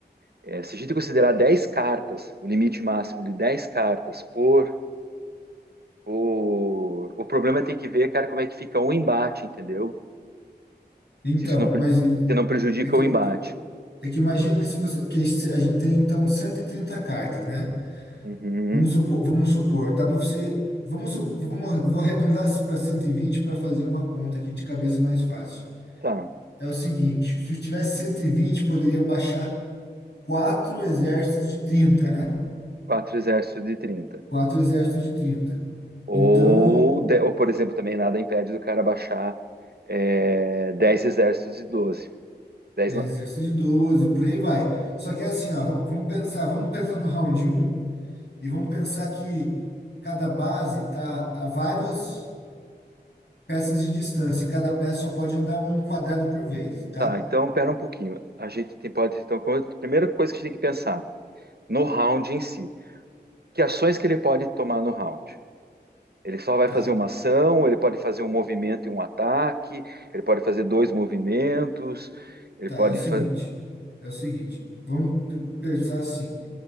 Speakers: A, on the right (about 65°); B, on the left (about 75°).
A: é, se a gente considerar 10 cartas, o limite máximo de 10 cartas por O, o problema é tem que ver, cara, como é que fica o embate, entendeu?
B: então,
A: Se isso não, pre-
B: mas
A: se não prejudica
B: é que,
A: o
B: eu-
A: embate.
B: é que imagina se você. Que a gente tem então 130 cartas, né?
A: Uhum,
B: Vamos supor, vamos supor, dá para você. Vamos, su- vamos, vou arredondar para 120 para fazer uma conta aqui de cabeça mais fácil.
A: tá.
B: É o seguinte, se eu tivesse 120 poderia baixar quatro exércitos de trinta né?
A: Quatro exércitos de trinta
B: Quatro exércitos de trinta
A: Ou,
B: Então,
A: de- ou, por exemplo, também nada impede do cara baixar é, 10 exércitos de doze 10
B: 10,
A: lan-
B: exércitos de 12, por aí vai. Só que é assim, ó, v- vamos pensar, vamos pensar no round um e vamos pensar que cada base tá a vários peças de distância e cada peça só pode andar um quadrado por vez, tá?
A: tá, então pera um pouquinho. A gente tem- pode. Então, como- primeira coisa que a gente tem que pensar no round em si. Que ações que ele pode tomar no round? Ele só vai
B: Tá,
A: fazer uma ação, ele pode fazer um movimento e um ataque, ele pode fazer dois movimentos, ele
B: tá,
A: pode
B: é o seguinte,
A: fazer.
B: é o seguinte, vamos p- pensar assim,